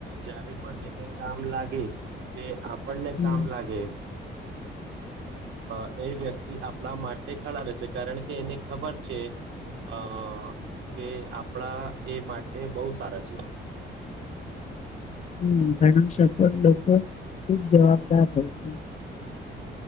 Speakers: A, on the right (about 70°); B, on the left (about 40°).
A: જયારે પણ એને કામ લાગે કે પણને
B: હમ
A: કામ લાગે
B: <inaudible>
A: તો એ વ્યક્તિ આપણા માટે ખડા રહેે છે કારણ કે એને ખબર છે. અ કે આપણા એ માટે બહુ સારા છે.
B: હમ્મ ઘણા સફળ લોકો ખુબ જવાબદાર હોય છે.